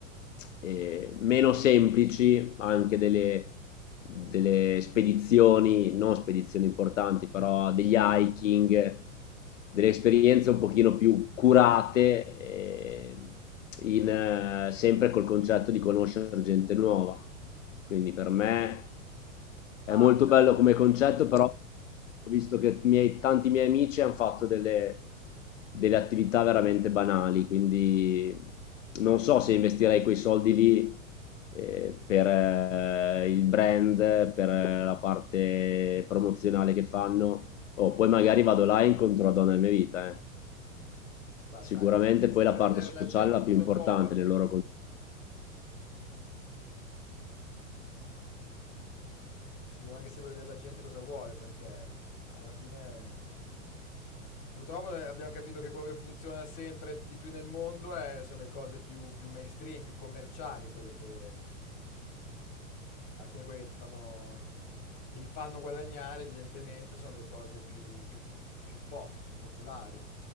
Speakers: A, on the left; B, on the left.
A: eh, meno semplici, anche delle, delle spedizioni, non spedizioni importanti, però degli hiking delle esperienze un pochino più curate, eh, in, eh, sempre col concetto di conoscere gente nuova. Quindi per me è
B: Ah,
A: molto
B: certo.
A: bello come concetto, però ho visto che miei- tanti miei amici hanno fatto delle, delle attività veramente banali, quindi non so se investirei quei soldi lì eh, per eh, il brand, per eh, la parte promozionale che fanno Oh, poi magari vado là e incontro la donna della mia vita, eh.
B: Beh,
A: Sicuramente
B: sai, bisogna anche sempre
A: poi la
B: vedere
A: parte sociale
B: la gente
A: è la
B: cosa
A: più importante
B: vuole.
A: nel loro concetto.
B: Bisogna anche sempre vedere la gente cosa vuole, perché alla fine, eh, purtroppo eh, abbiamo capito che quello che funziona sempre di più nel mondo è- sono le cose più, più mainstream, più commerciali, quelle che alla fine quelle che ti fanno, che li fanno guadagnare, evidentemente, sono le cose più, più più pop, più popolari.